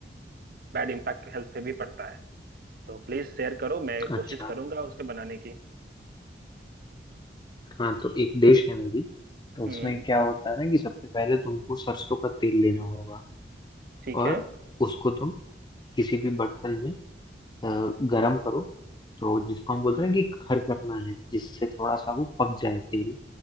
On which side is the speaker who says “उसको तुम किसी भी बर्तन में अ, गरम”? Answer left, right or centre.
Left